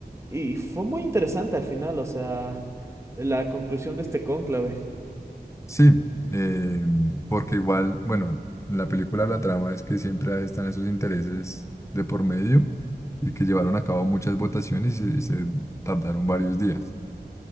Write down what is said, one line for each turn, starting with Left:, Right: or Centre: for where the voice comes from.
Right: y y fue muy interesante al final, o sea, la conclusión de este cónclave.
Left: Sí, eh, porque igual, bueno, en la película la trama es que siempre están esos intereses de por medio y que llevaron a cabo muchas votaciones y se, y se tardaron varios días.